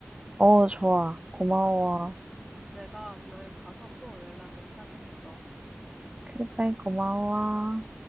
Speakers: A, on the right; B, in the centre.
A: 어, 좋아. 고마워.
B: 내가 여행 가서 또 연락을 하겠어.
A: 그래, 고마워.